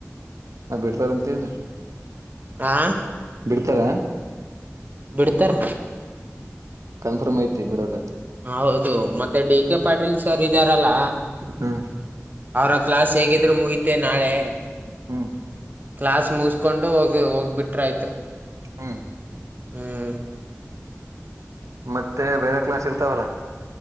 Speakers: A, on the right (about 80°); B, on the right (about 35°).
A: ಅವರ್ ಬಿಡ್ತಾರಂತ ಏನ್.
B: ಹಾ.
A: ಬಿಡ್ತರ.
B: ಬಿಡ್ತರ್.
A: ಕನ್ಫರ್ಮ್ ಐತಿ ಬಿಡೋದ.
B: ಹೌದು ಮತ್. ಮತ್ತೆ ಡಿ ಕೆ ಪಾಟೀಲ್ ಸರ್ ಇದಾರಲ್ಲ
A: ಹ್ಮ್
B: ಅವರಸ್. ಕ್ಲಾಸ್ ಹೇಗಿದ್ರು ಮುಗಿಯುತ್ತೆ ನಾಳೆ.
A: ಹ್ಮ್.
B: ಕ್ಲಾಸ್ ಮುಗಿಸಿಕೊಂಡು ಹೋಗು ಹೋಗ್ಬಿಟ್ರೆ ಆಯ್ತು.
A: ಹ್ಮ್.
B: ಹ್ಮ್.
A: ಮತ್ತೆ ಬೇರೆ ಕ್ಲಾಸ್ ಇರ್ತಾವಲ್ಲ.